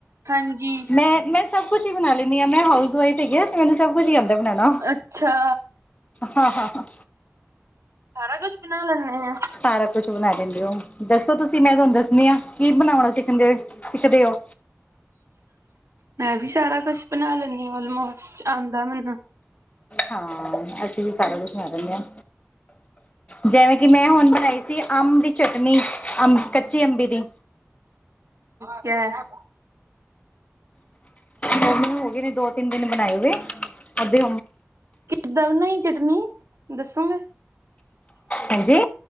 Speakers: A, on the right; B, on the left.
A: ਹਾਂਜੀ।
B: ਮੈਂ ਮੈਂ ਸਭ ਕੁੱਛ ਈ ਬਣਾ ਲੈਂਨੀ ਆਂ ਮੈਂ ਹਾਊਸ ਵਾਈਫ ਹੈਗੀ ਆ ਤੇ ਮੈਨੂੰ ਸਭ ਕੁੱਛ ਈ ਆਂਦਾ ਬਣਾਣਾ।
A: ਅੱਛਾ
B: ਹਾਂ-ਹਾਂ-ਹਾਂ
A: ਸਾਰਾ ਕੁੱਛ ਬਣਾ ਲੈਂਨੇ ਆਂ?
B: ਸਾਰਾ ਕੁੱਛ ਬਣਾ ਦਿੰਦੇ ਓ। ਦੱਸੋ ਤੁਸੀਂ ਮੈਂ ਤੁਹਾਨੂੰ ਦੱਸਦੀ ਆ ਕੀ ਬਣਾਵਾ ਸਿੱਖਣ ਦੇ? ਸਿੱਖਦੇ ਓ?
A: ਮੈਂ ਵੀ ਸਾਰਾ ਕੁੱਛ ਬਣਾ ਲੈਨੀ ਓਲਮੋਸਟ ਆਂਦਾ ਮੈਨੂੰ।
B: ਹਾਂ ਅਸੀਂ ਵੀ। ਸਾਰਾ ਕੁੱਛ ਬਣਾ ਦਨੇ ਆਂ ਜੈਵੇਂ ਕੀ ਮੈਂ ਹੁਣ ਬਣਾਈ ਸੀ ਅੰਬ ਦੀ ਚਟਣੀ। ਅੰਬ ਕੱਚੀ ਅੰਬੀ ਦੀ।
A: ਕਿਆ ਹੈ।
B: ਮੰਮੀ ਨੂੰ ਹੋ ਗਏ ਦੋ ਦਿਨ ਹੋਗੇ ਨੇ ਦੋ ਤਿੰਨ ਦਿਨ ਬਣਾਏ ਹੋਏ ਅੱਧੇ।
A: ਕਿੱਦਾਂ ਬਨਾਈ ਚਟਨੀ ਦੱਸੋਗੇ?
B: ਹੇਨ ਜੀ।